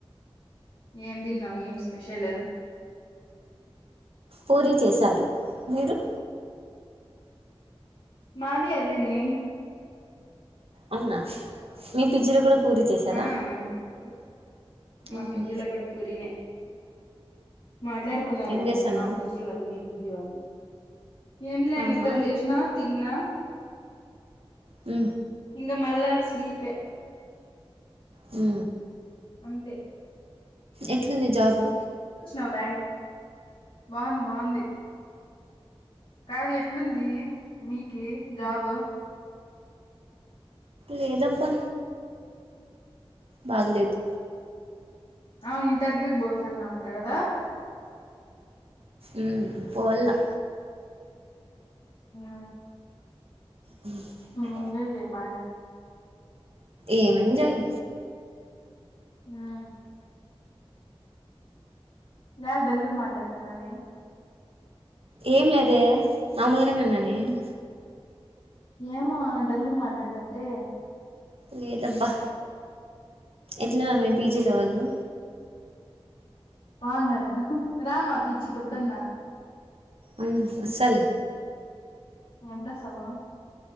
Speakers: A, on the left; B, on the right.
A: ఏం తిన్నావ్ ఏంస్ పెషలు
B: పూరి చేశారు మీరు
A: మాది అదే నే
B: అవునా మీ పిజ్జిలో కూడా పూరీ చేశారా
A: ఆ ఉ మాఫీజిలో
B: ఉహు
A: గూడ పూరినే మాట్లాడుకున్నారేమమ్మా
B: ఏం చేస్తున్నావ్
A: పీజీ వాళ్ళు, మీ పీజీ వాళ్లు. ఏం లేం
B: ఆహా
A: నిద్రా లేసినా తిన్నా
B: ఉ
A: ఇంగ మళ్ళా స్లీపె
B: ఉ
A: అంతే
B: ఎట్లుంది జాబు?
A: ఆ బ్యాంక్ బావుంది బావుంది కాదు ఎట్లుంది? మీకి జాబ్
B: లేదబ్బా బాగలేదు.
A: ఆ ఇంటర్వ్యూకి పోతాన్నావంటా కదా.
B: ఉ పోవాల్లా
A: ఆ
B: ఉ
A: ఎంజయ్ చేయి బాగా
B: ఏం ఎంజాయ్
A: ఆ ఎల్ డల్ గా మాట్లాడ్తానవే
B: ఏం లేదే మామలుగానే ఉన్నానే ఏన్
A: ఏమో డల్లుగా మాట్లాడ్తంటే
B: లేదబ్బా ఎట్లున్నారు మీ పీ. జీలో వాళ్ళు
A: బాగున్నారు రా రామా పీ. జికీ ఎప్పుడు అన్న
B: ఆమ్ వస్సలే
A: ఎప్పుడోస్సవు